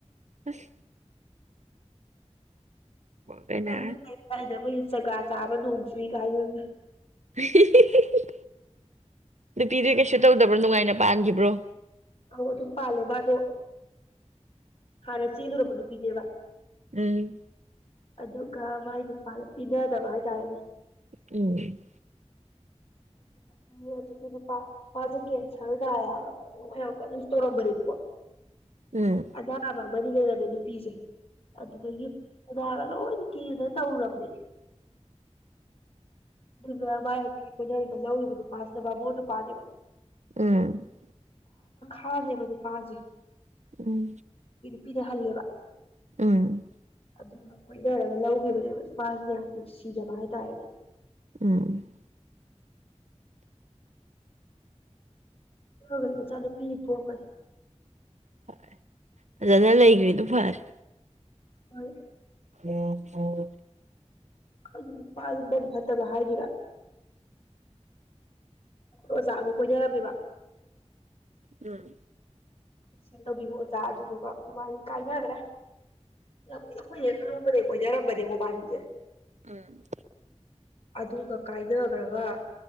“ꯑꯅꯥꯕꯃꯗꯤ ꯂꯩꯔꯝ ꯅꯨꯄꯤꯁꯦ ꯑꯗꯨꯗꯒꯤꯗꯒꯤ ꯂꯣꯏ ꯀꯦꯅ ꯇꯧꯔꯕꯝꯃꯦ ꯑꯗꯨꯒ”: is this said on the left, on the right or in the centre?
Left